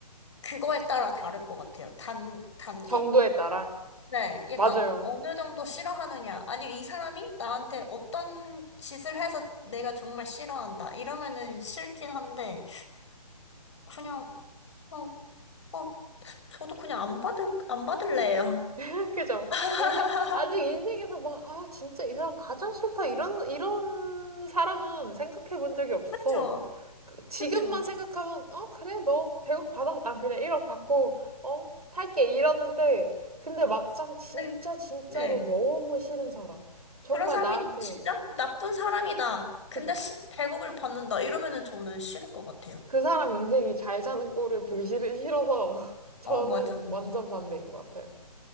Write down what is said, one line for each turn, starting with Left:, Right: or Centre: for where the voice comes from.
Left: 그거에 따라 다를 것 같아요. 단, 단계?
Right: 정도에 따라.
Left: 네, 약간
Right: 맞아요.
Left: 어느 정도 싫어하느냐. 아니면 이 사람이 나한테 어떤 짓을 해서 내가 정말 싫어한다. 이러면은 싫긴 한데, 그냥, 어, 어, 저도 그냥 안 받을, 안 받을래요.
Right: <laughs> 그죠?
Left: <laughs>
Right: 인생, 아직 인생에서 막, 아, 진짜 이 사람 가장 싫다. 이런, 이런 사람은 생각해 본 적이 없어.
Left: 그쵸,
Right: 그, 지금만
Left: 그쵸.
Right: 생각하면, 어, 그래, 너 100억 받아. 난 그냥 1억 받고, 어, 살게. 이러는데, 근데 막상 진짜,
Left: 네,
Right: 진짜로
Left: 네.
Right: 너무 싫은 사람. 정말
Left: 그런 사람이
Right: 나한테,
Left: 진짜 나쁜 사람이다. 근데
Right: 그죠?
Left: 시, 100억을 받는다. 이러면은 저는 싫을 것 같아요.
Right: 그 사람 인생이 잘 사는 꼴을 보기 싫, 싫어서 <laughs> 저는
Left: 어, 맞아, 맞아.
Right: 완전 반대인 것 같아요.